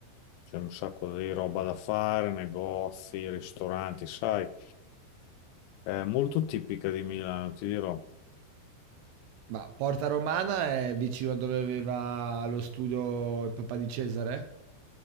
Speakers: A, on the left (about 85°); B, on the right (about 80°).
A: c'è un sacco di roba da fare, negozi, ristoranti, sai, è molto tipica di Milano, ti dirò.
B: Ma Porta Romana è vicino a dove aveva lo studio il papà di Cesare?